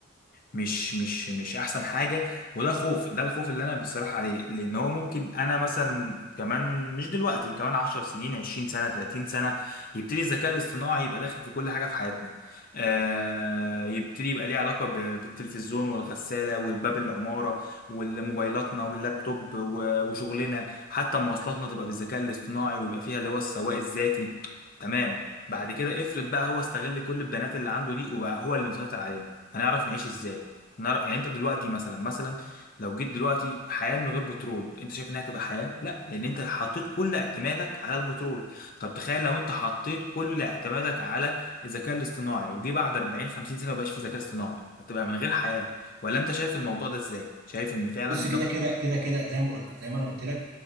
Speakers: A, on the left; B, on the right.
A: مش مش مش احسن حاجه وده خوف ده الخوف اللي انا بصراحه عليه لان هو ممكن انا مثلا كمان مش دلوقتي كمان 10 سنين 20 سنه 30 سنه يبتدي الذكاء الاصطناعي يبقى داخل في كل حاجه في حياتنا آه يبتدي يبقى ليه علاقه ب- بالتلفزيون والغساله والباب العماره والموبايلاتنا واللابتوب و- وشغلنا حتى مواصلاتنا تبقى بالذكاء الاصطناعي ويبقى فيها اللي هو السواق الذاتي تمام بعد كده افرض بقى هو استغل كل البيانات اللي عنده دي وبقى هو اللي مسيطر علينا هنعرف نعيش ازاي نعرف- يعني انت دلوقتي مثلا مثلا لو جيت دلوقتي حياه من غير بترول انت شايف انها تبقى حياه لا لان انت حطيت كل اعتمادك على البترول طب تخيل لو انت حطيت كل اعتمادك على الذكاء الاصطناعي وجي بعد 40 50 سنه مبقاش في ذكاء اصطناعي هتبقى من غير حياه ولا انت شايف الموضوع ده ازاي شايف ان فعلا
B: بص كده
A: ده ممكن
B: كده كده كده زي ما بقول زي ما انا قلت لك